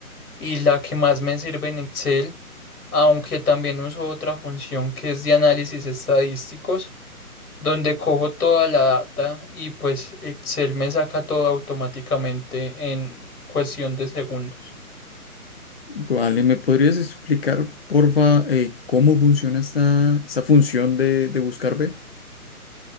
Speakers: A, on the left; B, on the left.
A: y la que más me sirve en Excel, aunque también uso otra función que es de análisis estadísticos, donde cojo toda la data y pues Excel me saca todo automáticamente en cuestión de segundos.
B: Vale, ¿me podrías explicar, porfa, eh, cómo funciona esta, esta función de, de buscar B?